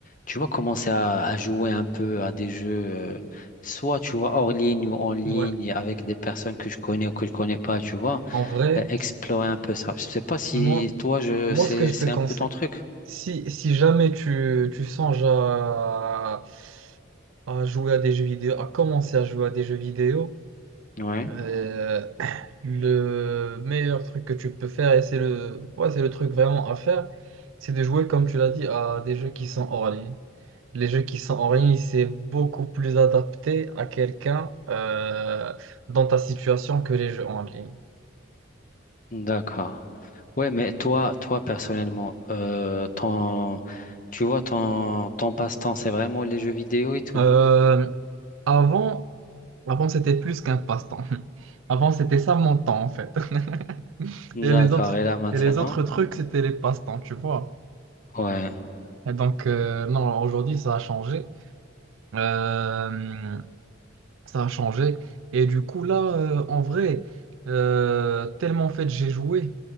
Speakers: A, on the left; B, on the right.
A: tu vois, commencer à, à jouer un peu à des jeux, euh, soit, tu vois, hors ligne ou en ligne,
B: ouais.
A: avec des personnes que je connais ou que je connais pas, tu vois.
B: En vrai,
A: Euh, explorer un peu ça. Je sais pas si
B: moi,
A: toi, je,
B: moi,
A: c'est,
B: ce que je
A: c'est
B: te conseille,
A: un peu ton truc.
B: si, si jamais tu, tu songes à, à jouer à des jeux vidéo, à commencer à jouer à des jeux vidéo,
A: Ouais.
B: euh, <clears throat> le meilleur truc que tu peux faire, et c'est le, ouais, c'est le truc vraiment à faire, c'est de jouer, comme tu l'as dit, à des jeux qui sont hors ligne. Les jeux qui sont hors ligne, c'est beaucoup plus adapté à quelqu'un euh, dans ta situation que les jeux en ligne.
A: D'accord. Ouais, mais toi, toi personnellement, euh, ton, tu vois, ton, ton passe-temps, c'est vraiment les jeux vidéo et tout.
B: Euh, avant, avant c'était plus qu'un passe-temps. <laughs> Avant, c'était ça mon temps, en fait. <laughs>
A: D'accord.
B: Et les autres,
A: Et là maintenant,
B: et les autres trucs, c'était les passe-temps, tu vois.
A: ouais,
B: Et donc, euh, non, aujourd'hui, ça a changé. Euh, ça a changé. Et du coup, là, euh, en vrai, euh, tellement en fait, j'ai joué